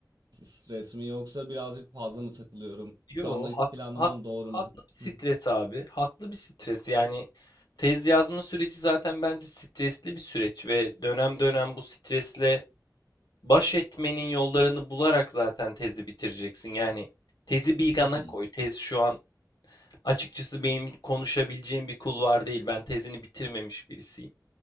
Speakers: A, on the right; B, on the left.
A: stres mi yoksa birazcık fazla mı takılıyorum?
B: Yo,
A: Şu andaki
B: hak,
A: planlamam
B: hak,
A: doğru
B: haklı
A: mu?
B: bir stres
A: Hı.
B: abi. Haklı bir stres. Yani tez yazma süreci zaten bence stresli bir süreç ve dönem dönem bu stresle baş etmenin yollarını bularak zaten tezi bitireceksin. Yani tezi bir
A: Hı
B: yana
A: hı.
B: koy. Tez şu an açıkçası benim konuşabileceğim bir kulvar değil. Ben tezini bitirmemiş birisiyim.